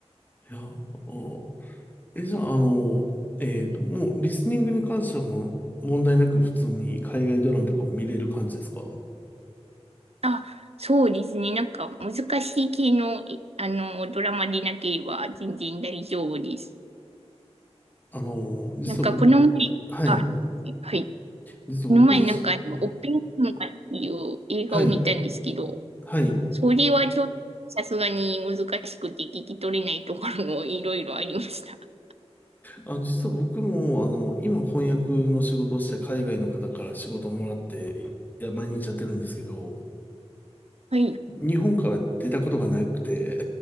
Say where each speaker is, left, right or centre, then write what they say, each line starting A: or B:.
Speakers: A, on the left (about 15°); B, on the right (about 65°).
A: いや、おえ、じゃあ、あの、えっと、もうリスニングに関してはもう問題なく普通に海外ドラマとかも見れる感じですか
B: あ、そうですね。なんか難しい系の、いあの、ドラマでなければ全然大丈夫です。
A: あの、実は僕、
B: なんかこの前、
A: はい、
B: あ、はい。
A: 実は僕自身、
B: この前なんかあの、オッペンハイマーっていう映画を見たんですけど、
A: はい、はい。
B: それはちょっとさすがに難しくて聞き取れないところもいろいろありました。
A: あの、実は僕も、あの、今翻訳の仕事をして海外の方から仕事をもらって、いや、毎日やってるんですけど、
B: はい。
A: 日本から出たことがなくて、
B: <laughs>